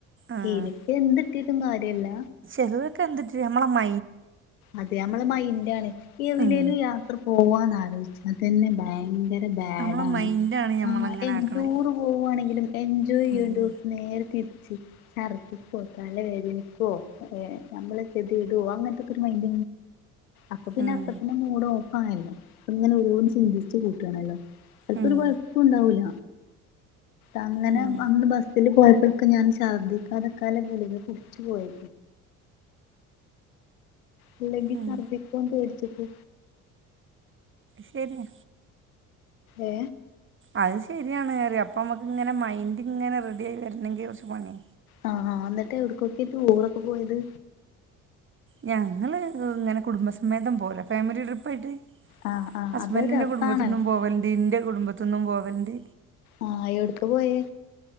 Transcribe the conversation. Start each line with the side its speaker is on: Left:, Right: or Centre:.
Right: ആഹ്
Left: ഇനക്ക് എന്ത് കട്ടീട്ടും കാര്യല്ല
Right: ചെലോൽക് എന്ത് കിട്ടി ഞമ്മള മ
Left: അതെ നമ്മളെ മൈന്റാണ്. എവിടേലും
Right: ഉം
Left: യാത്ര പോവാൻ ആലോചിച്ചാൽതന്നെ ഭയങ്കര ബാഡ്
Right: നമ്മളെ
Left: ആണ്
Right: മൈൻഡാണ് ഞമ്മളങ്ങനെ
Left: ആ
Right: ആക്കണേ
Left: ടൂറ് പോകുവാണെങ്കിലും എൻജോയ് ചെയ്യണ്ടോട്ത്
Right: ഉം
Left: നേര തിരി ഛർദിക്കോ തല വേദനിക്കോ ഏ നമ്മളക്കെതിയെടോ അങ്ങനത്തൊക്കെ ഒരു മൈൻഡ അപ്പൊ പിന്നെ
Right: ഉം
Left: അപ്പതന്നെ മൂഡ് ഓഫ് ആയല്ലോ ഇങ്ങനെ ഒരോന്ന് ചിന്തിച്ച്കൂട്ടണല്ലോ ചെലപ്പോരു
Right: ഉം
Left: കുഴപ്പവും ഉണ്ടാവൂല. അങ്ങനെ
Right: ഉം
Left: അന്ന് ബസ്സിൽ പോയപ്പൊ ഇൾക്ക് ഞാൻ ശർദ്ധിക്കാതിരിക്കാനുള്ള ഗുളിക കുടിച്ചു പോയി അല്ലെങ്കിൽ
Right: ഉം
Left: ശർദിക്കാൻ പേടിച്ചിട്ട്
Right: ശരിയാ
Left: ഏ
Right: അത് ശരിയാണ് കാര്യം അപ്പമ്മക്കിങ്ങനെ മൈന്റിങ്ങനെ റെഡി ആയി വരണെങ്കിൽ കുറച്ച് പണിയ
Left: ആ എന്നിട്ടെവിടക്കൊക്കെയാ ടൂറൊക്കെ പോയത്?
Right: ഞങ്ങള് ഇങ്ങനെ കുടുംബസമേതം പോകല ഫാമിലി ട്രിപ്പായിട്ട്
Left: ആഹ് ആഹ്
Right: ഹസ്ബന്റിന്റെ
Left: അത് രസാണല്ലോ
Right: കുടുംബത്തിന്നും പോവലണ്ടിന്റെ കുടുംബത്തിന്നും പോവലിണ്ട്
Left: ആഹ എവിടുക്ക പോയേ?